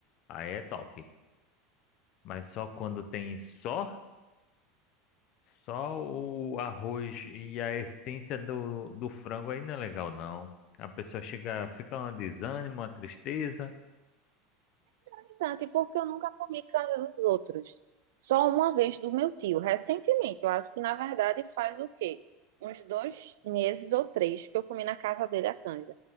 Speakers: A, on the left; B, on the right.
A: aí é top. Mas só quando tem só, só o arroz e a essência do, do frango aí não é legal, não. A pessoa chega, fica um desânimo, uma tristeza.
B: interessante, porque eu nunca comi casa dos outros. Só uma vez do meu tio, recentemente. Eu acho que, na verdade, faz o quê? Uns dois meses ou três que eu comi na casa dele a canja.